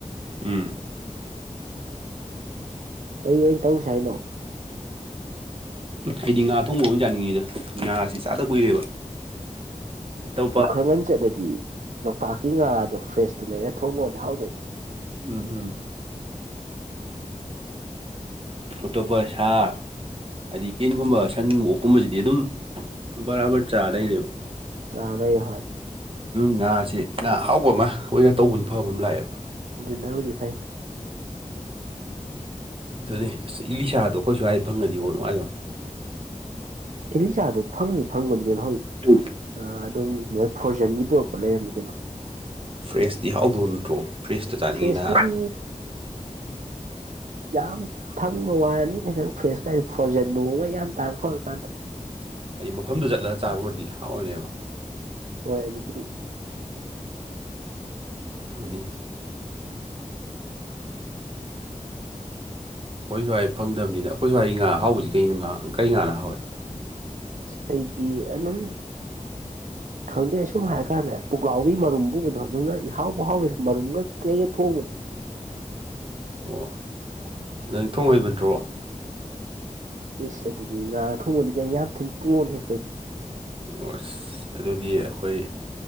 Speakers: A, on the right; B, on the right.
A: ꯎꯝ
B: ꯀꯩ ꯑꯣꯏꯅ ꯇꯧꯁ ꯍꯥꯏꯅꯣ
A: ꯑꯩꯗꯤ ꯉꯥ ꯊꯣꯡꯕ ꯑꯃ ꯆꯥꯅꯤꯡꯉꯤꯗ ꯉꯥꯁꯤ ꯆꯥꯗ ꯀꯨꯏꯔꯦꯕ ꯑꯇꯣꯞꯄ
B: ꯄꯥꯡꯉꯟ ꯆꯠꯂꯗꯤ ꯂꯣꯛꯇꯥꯛꯀꯤ ꯉꯥꯗꯣ ꯐ꯭ꯔꯦꯁꯇꯨ ꯂꯩꯔ ꯊꯣꯡꯉꯣꯗꯤ ꯍꯥꯎꯗꯣꯏꯅꯦ
A: ꯎꯝ ꯎꯝ
B: <inaudible>
A: ꯐꯇꯣ ꯄꯩꯁꯥ ꯍꯥꯏꯗꯤ ꯌꯦꯟꯒꯨꯝꯕ ꯁꯟꯒꯨꯝ ꯑꯣꯛꯀꯨꯝꯕꯁꯤꯗꯤ ꯑꯗꯨꯝ ꯕꯔꯥꯕꯔ ꯆꯥꯔ ꯂꯩꯔꯦꯕ
B: ꯆꯥꯅꯩꯍꯣꯏ
A: ꯉꯥꯥꯁꯦ ꯉꯥ ꯑꯍꯥꯎꯕ ꯑꯃ ꯑꯣꯏꯅ ꯇꯧꯕꯅ ꯐꯕ ꯑꯃ ꯂꯥꯛꯑꯦꯕ
B: ꯑꯗꯨꯗꯤꯅꯕꯨꯗꯤ ꯐꯩ
A: ꯑꯗꯨꯅꯦ ꯑꯁ ꯏꯂꯤꯁꯥꯗꯣ ꯑꯩꯈꯣꯏꯁꯨ ꯍꯥꯏꯗꯤ ꯐꯪꯉꯅꯤꯀꯣ ꯅꯨꯡꯉꯥꯏꯗꯅꯅꯦ
B: ꯀꯦꯔꯤ ꯆꯥꯗꯨꯣ ꯐꯪꯅꯤ ꯐꯪꯕꯅꯤ ꯀꯅ ꯅ ꯍꯣꯏ
A: ꯎꯝ
B: ꯑꯗꯨꯝ ꯃꯣꯏ ꯐꯣꯔꯖꯟꯒꯤ ꯄꯨꯔꯛꯄ ꯂꯩꯔꯝꯃꯤ ꯀꯩꯅꯣ
A: ꯐ꯭ꯔꯦꯁꯇꯤ ꯌꯥꯍꯥꯎꯗꯧ ꯅꯠꯇ꯭ꯔꯣ ꯐ꯭ꯔꯦꯁꯇ ꯆꯥꯅꯤꯡꯉꯤꯅ
B: ꯐ꯭ꯔꯦꯁꯇꯨꯗꯤ ꯌꯥꯝ ꯐꯪꯕ ꯋꯥꯔꯅꯤꯅꯦ ꯅꯪ ꯐ꯭ꯔꯦꯁ ꯀꯥꯏꯗ ꯐꯣꯔꯖꯟ ꯅꯣꯡꯃ ꯌꯥꯝ ꯇꯥꯡꯔ ꯐꯔ ꯀꯥꯟꯗ
A: ꯍꯥꯏꯗꯤ ꯃꯐꯝꯗꯨ ꯆꯠꯂꯒ ꯆꯥꯔꯨꯔꯗꯤ ꯍꯥꯎꯏꯅꯦꯕ
B: ꯍꯣꯏ ꯑꯗꯨꯕꯨꯗꯤ
A: ꯊꯅꯤ ꯑꯩꯈꯣꯏ ꯁ꯭ꯋꯥꯏ ꯐꯪꯗꯝꯕꯅꯤꯅ ꯑꯩꯈꯣꯏ ꯁ꯭ꯋꯥꯏ ꯉꯥ ꯍꯥꯎꯕꯁꯤ ꯀꯩꯅ ꯉꯥ ꯀꯩ ꯉꯥꯅ ꯍꯥꯎꯋꯦ
B: ꯁꯄꯒꯤ ꯑꯗꯨꯝ ꯈꯪꯗꯦ ꯑꯁꯨꯝ ꯍꯥꯏ ꯀꯥꯟꯗ ꯄꯨꯛꯂꯥꯎꯕꯤ ꯃꯔꯨꯝ ꯄꯨꯕꯗꯣ ꯑꯗꯨꯅ ꯏꯍꯥꯎꯕ ꯍꯥꯎꯋꯅ ꯃꯔꯨꯝꯒ ꯀꯩꯒ ꯊꯣꯡꯕꯗꯣ
A: ꯑꯣ ꯑꯗ ꯅꯤꯡꯊꯣꯡ ꯑꯣꯏꯩꯕ ꯅꯠꯇ꯭ꯔꯣ
B: ꯏꯁ ꯑꯗꯨꯗꯤ ꯉꯥ ꯑ ꯊꯣꯡꯕꯗꯤ ꯀꯩꯅ ꯌꯥꯝ ꯊꯤꯅ ꯇꯣꯜꯂꯤ ꯑꯩꯈꯣꯏꯗꯤ
A: ꯑꯣ ꯑꯁ ꯑꯗꯨꯗꯤ ꯑꯩꯈꯣꯏ